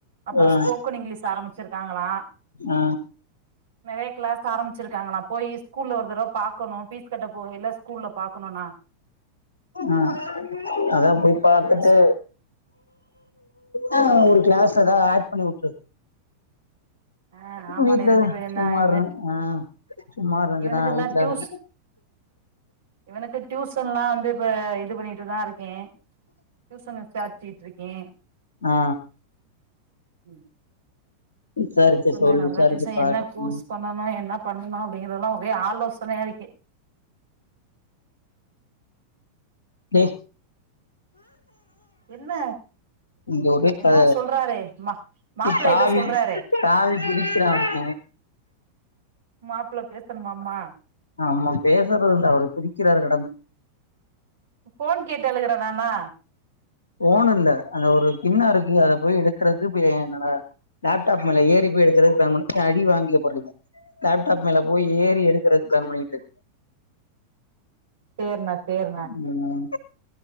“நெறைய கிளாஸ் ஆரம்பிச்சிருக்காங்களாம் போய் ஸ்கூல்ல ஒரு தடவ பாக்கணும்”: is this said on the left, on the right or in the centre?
Right